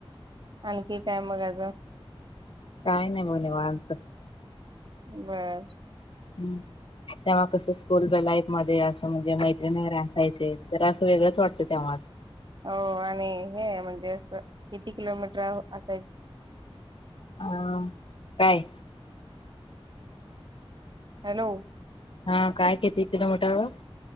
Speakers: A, on the right; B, on the left.
A: आणखी काय मग अजून?
B: काय नाही बघ निवांत.
A: बर.
B: हम्म. तेव्हा कसं स्कूल लाईफ मध्ये असं म्हणजे मैत्रिणीगैरे असायचे तर असं वेगळंच वाटतं तेव्हा.
A: हो आणि हे म्हणजे असं किती किलोमीटर असायच.
B: अ, ‌काय?
A: हॅलो!
B: हा काय कती किलोमीटर?